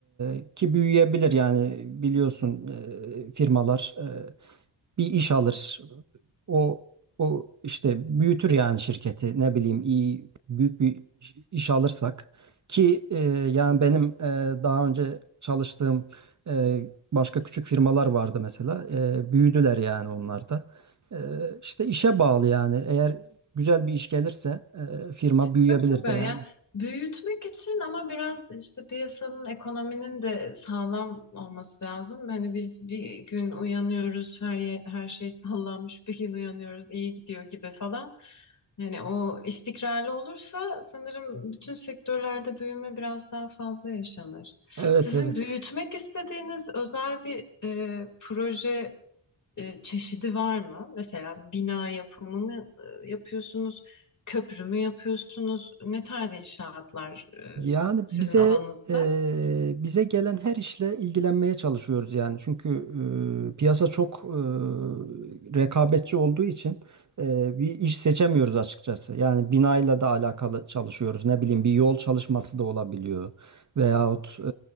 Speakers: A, on the right; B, on the left.
A: e, ki büyüyebilir yani biliyorsun e, firmalar e, bir iş alır. O o işte büyütür yani şirketi ne bileyim iyi büyük bir iş alırsak ki e, yani benim e, daha önce çalıştığım e, başka küçük firmalar vardı mesela E, büyüdüler yani onlar da e, işte işe bağlı yani eğer güzel bir iş gelirse e, firma büyüyebilir
B: Tabii tabii.
A: de yani.
B: Yani büyütmek için ama biraz işte piyasanın, ekonominin de sağlam olması lazım. Hani biz bir gün uyanıyoruz, her ye- her şey sallanmış, bir gün uyanıyoruz, iyi gidiyor gibi falan. Yani o istikrarlı olursa sanırım bütün sektörlerde büyüme biraz daha fazla yaşanır.
A: Evet
B: Sizin
A: evet.
B: büyütmek istediğiniz özel bir e, proje e, çeşidi var mı? Mesela bina yapımı mı e, yapıyorsunuz? Köprü mü yapıyorsunuz? Ne tarz inşaatlar e,
A: Yani
B: sizin
A: bize
B: alanınızda?
A: eee, bize gelen her işle ilgilenmeye çalışıyoruz yani. Çünkü eee, piyasa çok eee, rekabetçi olduğu için eee, bir iş seçemiyoruz açıkçası. Yani binayla da alakalı çalışıyoruz. Ne bileyim bir yol çalışması da olabiliyor. Veyahut eee,